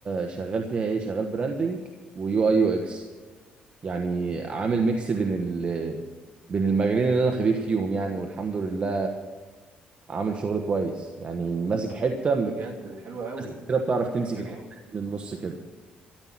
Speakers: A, on the right (about 40°); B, on the right (about 55°).
A: شغال فيها ايه شغال براندنج ويو اي يو اكس يعني عامل ميكس بين ال بين المجالين اللي انا خبير فيهم يعني والحمد لله عامل شغل كويس يعني ماسك حته
B: طب
A: مش
B: بجد حلو قوي
A: ناس كده بتعرف تمسك
B: حلو
A: الحته
B: قوي
A: دي من النص كده